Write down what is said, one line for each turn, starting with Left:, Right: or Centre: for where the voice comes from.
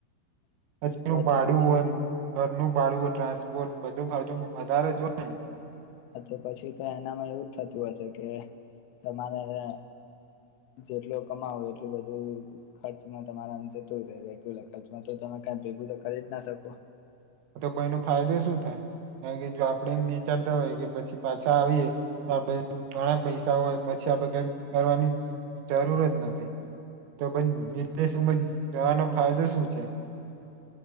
Right: પછી એનું
Left: તો
Right: ભાડું
Left: તો પછી
Right: હો ઘરનું ભાડુ ટ્રાન્સપોર્ટ બધું ખર્ચ વધારે જોય ને.
Left: હ તો પછી તો એનામાં એવું જ થતું હશે, કે તમારે જેટલું કમાવ એટલું બધું ખર્ચમાં તમારા જતું હો રેગ્યુલર ખર્ચમાં તો તમે ક ભેગું તો કરી જ ના શકો.
Right: તો ભ એનો ફાયદો શું થાય કારણ કે જો આપણે નીચાડતા હોય કે પછી પાછા આવીએ તો આપ ઘણા પૈસા હોય પછી આપે ક કરવાની જરૂરત નથી, તો ભ વિદેશમાં જવાનો ફાયદો શું છે.